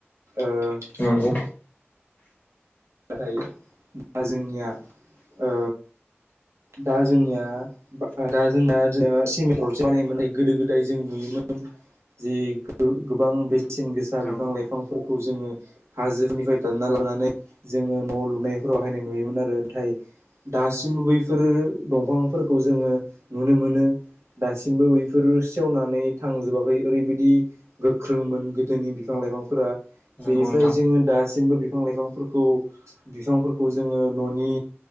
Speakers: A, on the right; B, on the left.
A: ओ।
B: नंगौ।
A: नाथाय दा जोंनिया ओ दा जोंनिया। दा जोंना ओ सिमेन्ट बानायोमोन गोदो गोदाय जों नुयोमोन। जे गो गोबां बेसेन गोसा
B: नंगौ
A: बिफां लाइफांफोरखौ जोङो हाजोफोरनिफ्राय दानना लानानै जोङो न' लुनायफोराव बाहायनाय नुयोमोन आरो नाथाय। दासिमबो बैफोरो दंफांफोरखौ जोङो नुनो मोनो। दासिमबो बैफोर सेवनानै थांजोबाखै ओरैबायदि गोख्रोंमोन गोदोनि बिफां लाइफांफोरा बेनिफ्राय
B: नोंथां
A: जोङो दासिमबो बिफां लाइफांफोरखौ। खौ बिफांफोरखौ जोङो न'नि